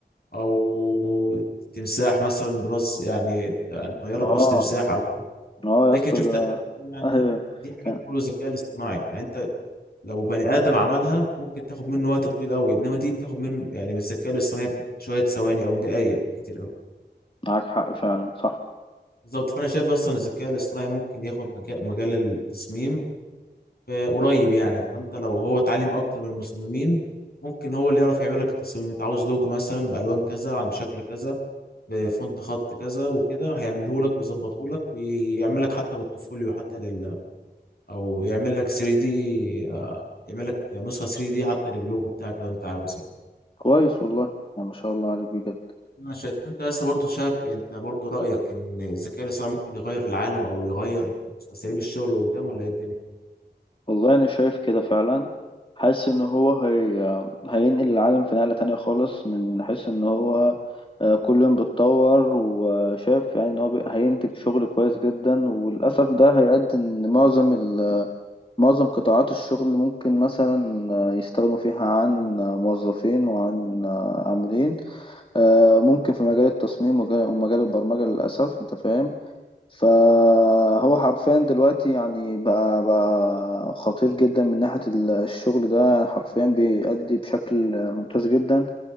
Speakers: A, on the left; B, on the left.
A: او تمساح مثلا براس يعني يعني طياره
B: اه
A: براس تمساح او كده.
B: اه
A: انت
B: يا
A: اكيد
B: اسطى
A: شفت
B: ده-
A: الحاجات دي يعني
B: ايوه
A: دي حاجات
B: كان
A: معموله بالذكاء الاصطناعي يعني انت لو بني ادم عملها ممكن تاخد منه وقت طويل قوي انما دي بتاخد منه يعني من الذكاء الاصطناعي شويه ثواني او دقائق كتير قوي
B: معاك حق فعلا صح
A: بالظبط فانا شايف اصلا الذكاء الاصطناعي ممكن ياخد مجا- مجال التصميم آه، قريب يعني فانت لو هو اتعلم اكتر من المصممين ممكن هو اللي يعرف يعمل لك التصميم انت عاوز لوجو مثلا بالوان كذا عن شكل كذا بفونت خط كذا وكده هيعمله لك ويظبطه لك ويعمل لك حتى بورتفوليو حتى لل او يعمل لك 3 دي آه، يعمل لك نسخه 3 دي حتى للوجو بتاعك لو انت عاوز يعني
B: كويس والله يعني ما شاء الله عليك بجد
A: انا شايف انت لسه برضه شاك انت برضه رايك ان الذكاء الاصطناعي ممكن يغير العالم او يغير اساليب الشغل قدام ولا ايه الدنيا
B: والله انا شايف كده فعلا حاسس ان هو هي... هينقل العالم في نقلة تانية خالص من حيث ان هو آه، كل يوم بيتطور وشايف يعني ان هو بي- هينتج شغل كويس جدا وللاسف ده هيؤدي ان معظم ال... معظم قطاعات الشغل ممكن مثلا آه، يستغنوا فيها عن موظفين وعن آه، عاملين آه، ممكن في مجال التصميم وجا- ومجال البرمجة للاسف انت فاهم فهو حرفيا دلوقتي يعني بقى بقى خطير جدا من ناحية ال- الشغل ده يعني حرفيا بيأدي بشكل ممتاز جدا